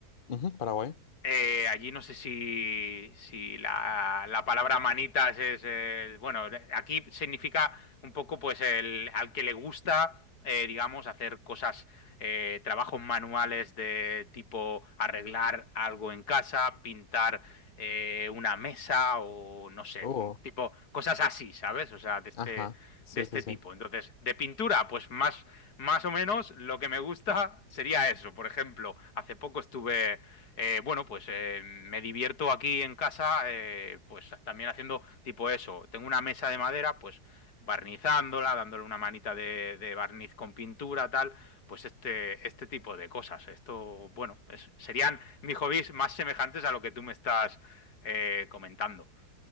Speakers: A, on the left (about 45°); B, on the left (about 65°).
A: Ujú, Paraguay.
B: Eh, allí no sé si, si la, la palabra manitas es, eh, bueno, aquí significa un poco pues el, al que le gusta, eh, digamos, hacer cosas, eh, trabajos manuales de tipo arreglar algo en casa, pintar eh, una mesa o no sé,
A: Oh,
B: tipo cosas así, ¿sabes? O sea, de este,
A: ajá. Sí,
B: de este
A: sí, sí.
B: tipo. Entonces, de pintura, pues más, más o menos lo que me gusta sería eso. Por ejemplo, hace poco estuve eh, bueno, pues eh, me divierto aquí en casa, eh, pues también haciendo tipo eso. Tengo una mesa de madera, pues barnizándola, dándole una manita de, de barniz con pintura, tal, pues este, este tipo de cosas. Esto, bueno, es- serían mis hobbies más semejantes a lo que tú me estás eh, comentando.